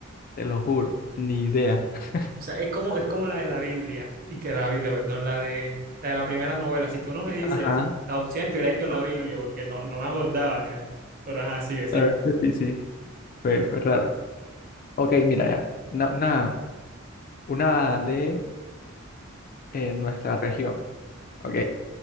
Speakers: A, on the left; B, on the right.
A: te lo juro, ni idea. <laughs>
B: O sea, es como, es como la de la Biblia, y que la Biblia, perdón, la de la, de la primera novela. Si tú no me dices
A: Ajá,
B: la opción, te hubiera hecho la Biblia, porque no, no me acordaba ya. Pero ajá, sigue, sí.
A: la verdad que sí, sí, fue, fue raro. Ok, mira ya, una, una, una de eh, nuestra región. Ok,